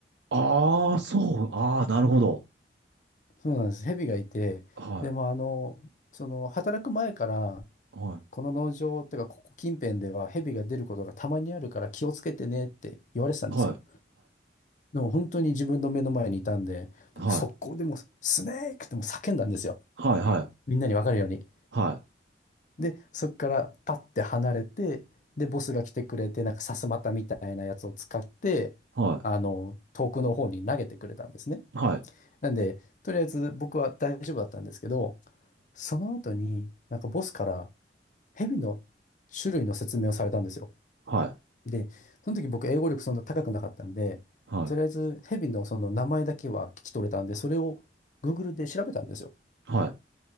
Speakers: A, on the right; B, on the left.
A: ああ、そう。ああ、なるほど。
B: そうなんです。蛇がいて、
A: は
B: でもあの、その働く前から、
A: い。はい。
B: この農場っていうか、ここ近辺では蛇が出ることがたまにあるから気をつけてねって言われてたんですよ。
A: はい。
B: でも本当に自分の目の前にいたんで、
A: はい。
B: 僕速攻でもうスネークってもう叫んだんですよ。
A: はい。
B: みんなにわかるように。
A: はい。
B: で、そこからパッて離れて、で、ボスが来てくれて、なんかさすまたみたいなやつを使って、
A: はい。
B: あの、遠くの方に投げてくれたんですね。
A: はい。
B: なんで、とりあえず僕は大丈夫だったんですけど、その後になんかボスから蛇の種類の説明をされたんですよ。
A: はい。
B: で、その時僕英語力そんな高くなかったんで、
A: はい。
B: とりあえず蛇のその名前だけは聞き取れたんで、それを Google で調べたんですよ。
A: はい。